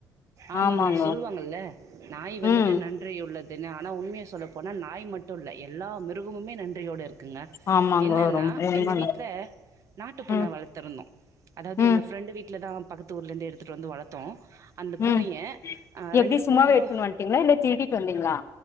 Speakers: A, on the right (about 45°); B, on the left (about 40°).
A: ஆமாங்க
B: ஆமாங்கோ
A: சொல்லுவாங்கல்ல நாய் வந்துட்டு
B: ம்
A: நன்றி உள்ளது து ன்னு ஆனா உண்மைய சொல்ல போனா நாய் மட்டு இல்ல எல்லா மிருகமுமே நன்றியோடு இருக் குங்க
B: ஆமாங்கோ
A: என்னன்னா
B: ரொம் உண்மங்க
A: எங்க வீட்ல நாட்டுப்பூன
B: ம்
A: வளத்துருந்தோ அதாவது
B: ம்
A: எங்க ஃப்ரெண்டு வீட்ல தா பக்கத்து ஊர்லேந்து எடுத்துட்டு வந்து வளத்தோ அந்த பூனைய
B: ம்
A: ஆ
B: எப்டி
A: ரெண்டு
B: சும்மாவே
A: பூனையிலோ
B: எடுத்துன்னு வந்ட்டீங்களா இல்ல திருடிட்டு வந்தீங்களா